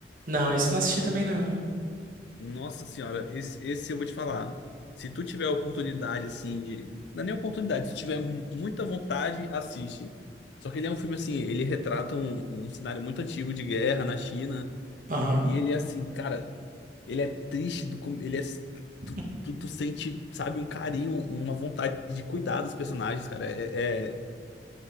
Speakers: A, on the right; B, on the left.
A: Não, isso não assisti também, não.
B: Nossa senhora, esse, esse eu vou te falar. Se tu tiver a oportunidade, assim, de. Não é nem oportunidade, se tu tiver mu- muita vontade, assiste. Só que ele é um filme assim, ele retrata um um cenário muito antigo de guerra na China.
A: Aham.
B: E ele é assim, cara, ele é triste do com- ele é
A: <laughs>
B: tu, tu, tu sente, sabe, um carinho, uma vontade de cuidar dos personagens, cara. É, é,